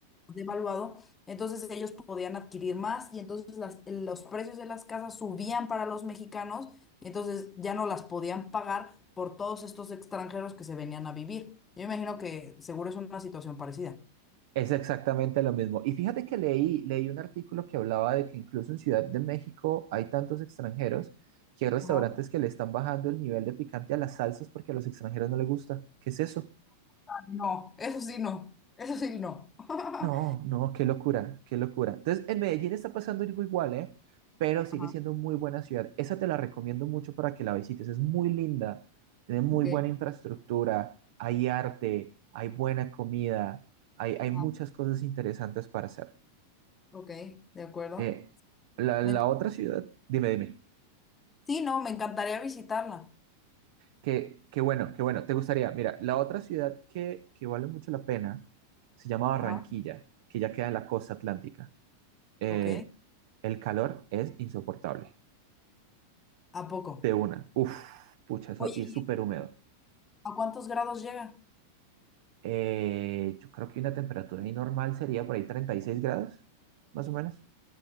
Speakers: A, on the left; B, on the right.
A: devaluado, entonces ellos podían adquirir más y entonces las- los precios de las casas subían para los mexicanos y entonces ya no las podían pagar por todos estos extranjeros que se venían a vivir. Yo imagino que seguro es una situación parecida.
B: Es exactamente lo mismo. Y fíjate que leí, leí un artículo que hablaba de que incluso en Ciudad de México hay tantos extranjeros que hay restaurantes
A: Ajá,
B: que le están bajando el nivel de picante a las salsas porque a los extranjeros no les gusta. ¿Qué es eso?
A: No, eso sí no, eso sí no. <laughs>
B: No, no, qué locura, qué locura. Entonces, en Medellín está pasando algo igual, ¿eh? Pero sigue
A: ajá,
B: siendo muy buena ciudad. Esa te la recomiendo mucho para que la visites. Es muy linda, tiene muy
A: ok,
B: buena infraestructura, hay arte, hay buena comida, hay, hay
A: ajá,
B: muchas cosas interesantes para hacer.
A: ok, De acuerdo.
B: Eh, la, la
A: Me enc-
B: otra ciudad, dime, dime.
A: sí, no, me encantaría visitarla.
B: Que, que bueno, que bueno, te gustaría. Mira, la otra ciudad que, que vale mucho la pena se llama Barranquilla,
A: ajá.
B: que ya queda en la costa atlántica. Eh,
A: Ok,
B: el calor es insoportable.
A: ¿a poco?
B: De una. Uf, pucha, eso,
A: Oye,
B: y es
A: ¿y
B: súper húmedo.
A: ¿a cuántos grados llega?
B: Eh, yo creo que una temperatura ahí normal sería por ahí 36 grados, más o menos.